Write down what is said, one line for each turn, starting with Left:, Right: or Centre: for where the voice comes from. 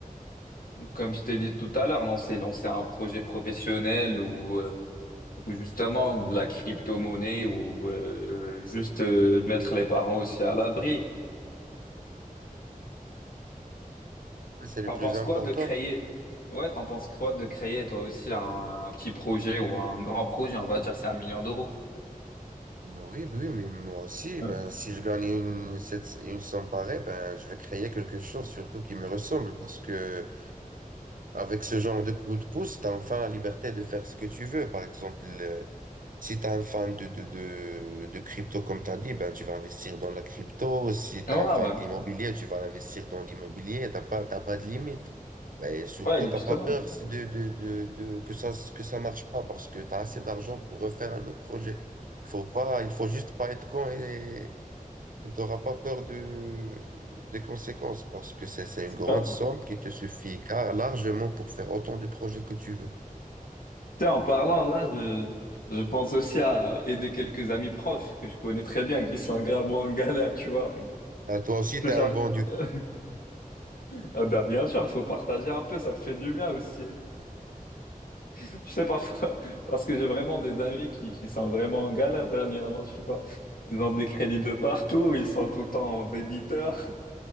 Left: Comme je t'ai dit tout à l'heure, lancer, lancer un projet professionnel ou, euh, ou justement de la crypto-monnaie ou euh, juste euh, mettre les parents aussi à l'abri.
Right: ouais, c'est le
Left: T'en
Right: plus
Left: penses
Right: important.
Left: quoi de créer? Ouais, t'en penses quoi de créer toi aussi un, un petit projet ou un grand projet, on va dire, c'est un million d'euros.
Right: Oui, oui, mais moi aussi,
Left: Ouais,
Right: ben si je gagne une, cette- une somme pareille, ben je vais créer quelque chose surtout qui me ressemble parce que avec ce genre de coup de pouce, tu as enfin la liberté de faire ce que tu veux. Par exemple, euh, Si tu es un fan de, de, de, de crypto, comme tu as dit, ben, tu vas investir dans la crypto. Si tu
Left: ouais,
Right: es un fan
Left: ouais,
Right: d'immobilier, tu vas investir dans l'immobilier. T'as pas, t'as pas de limite. Et surtout,
Left: Ouais,
Right: t'as
Left: justement.
Right: pas peur si de, de, de, de, que ça, que ça marche pas parce que tu as assez d'argent pour refaire un autre projet. Faut pas, il faut juste pas être con et tu n'auras pas peur de, des conséquences parce que c'est, c'est une grande
Left: Ah,
Right: somme qui te suffit car largement pour faire autant de projets que tu veux.
Left: tu sais, en parlant là, je, je pense aussi à aider quelques amis proches que je connais très bien qui sont gravement en galère, tu vois.
Right: Ah, toi aussi,
Left: C'est
Right: tu es
Left: genre
Right: un bon du coup.
Left: <laughs> Ah bah bien sûr, il faut partager un peu, ça fait du bien aussi. Je sais parfois, <laughs> parce que j'ai vraiment des amis qui, qui sont vraiment en galère dernièrement, je sais pas. Ils ont des crédits de partout, ils sont tout le temps en débiteur,